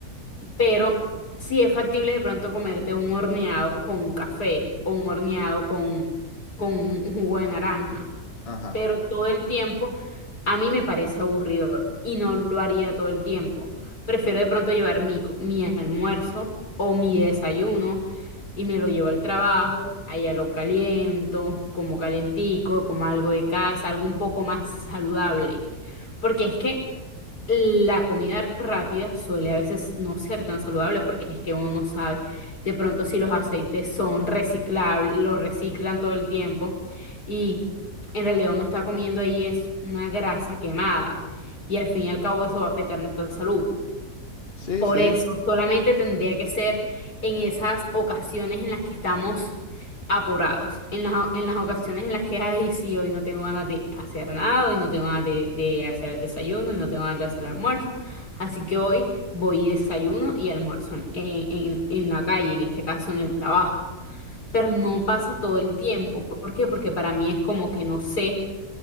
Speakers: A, on the left; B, on the left.
A: Pero sí es factible de pronto comerte un horneado con un café o un horneado con, con un jugo de naranja.
B: Ajá.
A: pero todo el tiempo a mí me parece aburridor y no lo haría todo el tiempo. Prefiero de pronto llevar mi, co- mi almuerzo o mi desayuno y me lo llevo al trabajo, allá lo caliento, como calentico, como algo de casa, algo un poco más saludable. Porque es que la comida rápida suele a veces no ser tan saludable porque es que uno no sabe de pronto si los aceites son reciclables, los reciclan todo el tiempo y en realidad uno está comiendo ahí es una grasa quemada y al fin y al cabo eso va a afectar nuestra salud.
B: Sí,
A: Por
B: sí.
A: eso, solamente tendría que ser en esas ocasiones en las que estamos apurados, en las, o- en las ocasiones en las que, ay, sí, hoy no tengo ganas de hacer nada, hoy no tengo ganas de, de hacer el desayuno, hoy no tengo ganas de hacer el almuerzo, así que hoy voy y desayuno y almuerzo en, en, en la calle, en este caso en el trabajo, pero no pasa todo el tiempo, ¿por qué? Porque para mí es como que no sé